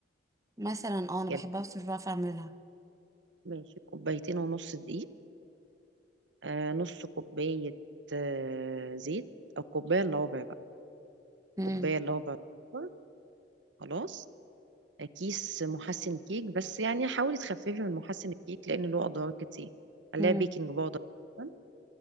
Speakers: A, on the right; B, on the right.
A: مثلا اه انا
B: يعني
A: بحبها بس مش بعرف اعملها
B: ماشي كوبايتين ونص دقيق آه، نص كوباية آه، زيت أو كوباية إلا ربع بقى
A: مم.
B: كوباية إلا ربع سكر خلاص آه، كيس محسن كيك بس يعني حاولي تخففي من محسن الكيك لأن له أضرار كتير عليها
A: مم.
B: بيكنج باودر مثلاً.